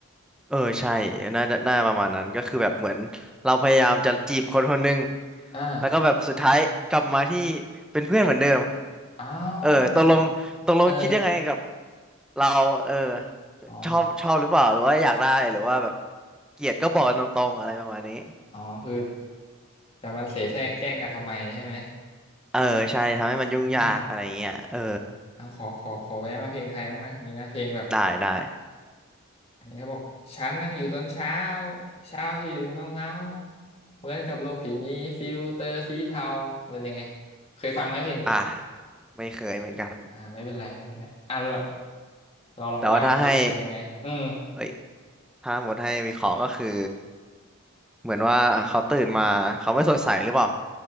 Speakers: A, in the centre; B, on the left.
A: เออใช่น่าจะน่าประมาณนั้นก็คือแบบเหมือนเราพยายามจะจีบคนคนหนึ่ง
B: อ่า
A: แล้วก็แบบสุดท้ายกลับมาที่เป็นเพื่อนเหมือนเดิม
B: อ้า
A: เออตกลงตกลงคิดยังไงกับ
B: วเออ
A: เราเออ
B: อ๋อ
A: ชอบชอบหรือเปล่าหรือว่าอยากได้หรือว่าแบบเกลียดก็บอกกันตรงๆอะไรประมาณนี้
B: อ๋อคือ จะมาเสแสร้งแกล้งกันทำไมใช่ไหม
A: เออใช่ทำให้มันยุ่งยากอะไรเงี้ยเออ
B: อืมเอาขอขอขอแวะมาเพลงไทยบ้างนะนี่นะเพลงแบบ
A: ได้ได้
B: อันนี้เขาบอกฉันนั่งอยู่ตอนเช้าเช้าที่ดูเงาเงาเหมือนกับโลกที่มีฟิลเตอร์สีเทาเป็นยังไงเคยฟังไหมเพลงนี้
A: อ่ะไม่เคยเหมือนกัน
B: อ่าไม่เป็นไรไม่เป็นไรอ่ะเราเราลองว่ามาดิมันเป็นยังไงอืม
A: แต่ว่าถ้าให้เอ้ยถ้าหมดให้วิเคราะห์ก็คือเหมือนว่าเขาตื่นมาเขาไม่สดใสหรือเปล่า